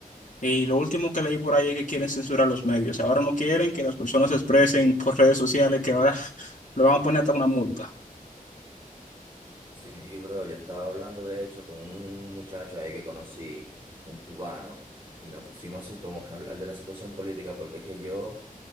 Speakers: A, on the left; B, on the right.
A: Y lo último que leí por ahí es que quieren censurar los medios. Ahora no quieren que las personas se expresen por redes sociales, que ahora <laughs> lo van a poner hasta una multa.
B: Sí, bro, yo estaba hablando de hecho con un muchacho ahí que conocí, un cubano, y nos pusimos así como que a hablar de la situación política, porque es que yo,